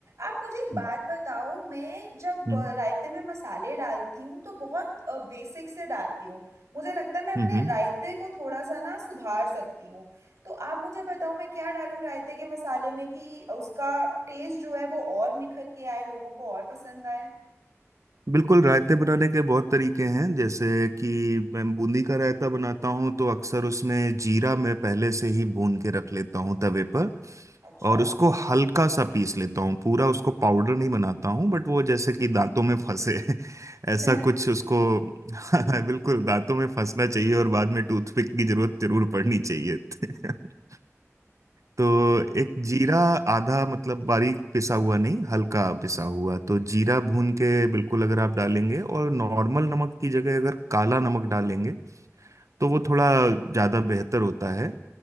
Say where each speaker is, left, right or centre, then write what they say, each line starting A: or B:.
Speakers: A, on the right; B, on the right.
A: आप मुझे एक बात
B: हम्म
A: बताओ मैं जब
B: हम्म
A: अ, रायते में मसाले डालती हूँ तो बहुत बेसिक से डालती हूँ मुझे लगता है मैं अपने
B: हम्म।
A: रायते को थोड़ा सा ना सुधार सकती हूँ तो आप मुझे बताओ मैं क्या डालूँ रायते के मसाले में कि उसका टेस्ट जो है वो और निखर के आए लोगों को और पसंद आए
B: बिल्कुल रायते बनाने के बहुत तरीके हैं जैसे कि मैं बूंदी का रायता बनाता हूँ तो अक्सर उसमें जीरा मैं पहले से ही भून के रख लेता हूँ तवे पर
A: अच्छा
B: और उसको हल्का सा पीस लेता हूँ पूरा उसको पाउडर नहीं बनाता हूँ बट वो जैसे कि दांतों में फंसे <laughs>
A: <laughs>
B: ऐसा कुछ उसको <laughs> बिल्कुल दांतों में फंसना चाहिए और बाद में टूथपिक की जरूरत जरूर पड़नी चाहिए <laughs> तो एक जीरा आधा मतलब बारीक पिसा हुआ नहीं हल्का पिसा हुआ तो जीरा भून के बिल्कुल अगर आप डालेंगे और नॉर्मल नमक की जगह अगर काला नमक डालेंगे तो वो थोड़ा ज़्यादा बेहतर होता है